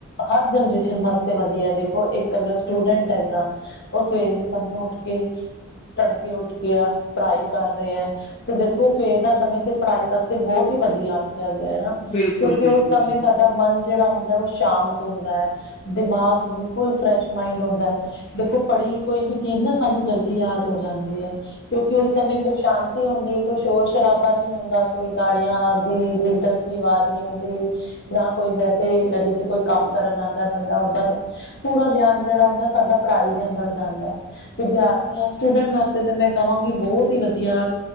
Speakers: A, on the left (about 50°); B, on the left (about 30°).
A: ਹਰ ਜਨਰੇਸ਼ਨ ਵਾਸਤੇ ਵਧੀਆ, ਦੇਖੋ ਇੱਕ ਅਗਰ ਸਟੂਡੈਂਟ ਹੈਗਾ ਉਹ ਸਵੇਰ ਦੇ ਸਮੇਂ ਉੱਠ ਕੇ ਤੜਕੇ ਉੱਠ ਕੇ ਗਿਆ, ਪੜ੍ਹਾਈ ਕਰ ਰਹੇ ਆ ਤੇ ਦੇਖੋ ਸਵੇਰ ਤਾਂ ਸਮੇਂ ਤੇ, ਪੜ੍ਹਾਈ ਵਾਸਤੇ ਬਹੁਤ ਹੀ ਵਧੀਆ ਆਖਿਆ ਗਿਆ ਹੈਾ।
B: ਬਿਲਕੁਲ
A: ਕਿਉਂਕਿ, ਉਸ
B: ਬਿਲਕੁਲ
A: ਸਮੇਂ
B: ਜੀ
A: ਸਾਡਾ ਮਨ ਜਿਹੜਾ ਹੁੰਦਾ, ਉਹ ਸ਼ਾਂਤ ਹੁੰਦਾ ਹੈ, ਦਿਮਾਗ ਬਿਲਕੁਲ ਫਰੈਸ਼ ਮਾਇੰਡ ਹੁੰਦਾ ਹੈ। ਦੇਖੋ ਪੜ੍ਹੀ ਕੋਈ ਵੀ ਚੀਜ਼ ਨਾ, ਸਾਨੂੰ ਜਲਦੀ ਯਾਦ ਹੋ ਜਾਂਦੀ ਹੈ। ਕਿਉਂਕਿ ਉਸ ਸਮੇਂ, ਕੋਈ ਸ਼ਾਂਤੀ ਹੁੰਦੀ ਹੈ। ਕੋਈ ਸ਼ੋਰ ਸ਼ਰਾਬਾ ਨਹੀਂੀ ਹੁੰਦਾ, ਕੋਈ ਗਾੜੀਆਂ ਦੀ ਵਿਕਲ ਆਵਾਜ਼ ਨਹੀਂ ਹੁੰਦੀ, ਨਾ ਕੋਈ ਵੈਸੇ ਗਲੀ 'ਚ ਕੋਈ ਕੰਮ ਕਰਨ ਆਉਂਦਾ, ਬੰਦਾ ਓਦਾਂ ਦਾ ਪੂਰਾ ਧਿਆਨ ਜਿਹੜਾ ਹੁੰਦਾ, ਸਾਡਾ ਪੜ੍ਹਾਈ ਦੇ ਅੰਦਰ ਜਾਂਦਾ। ਵਿਦਿਆਰਥੀ ਸਟੂਡੈਂਟ ਵਾਸਤੇ ਤੇ ਮੈਂ ਕਹਾਂਗੀ, ਬਹੁਤ ਹੀ ਵਧੀਆ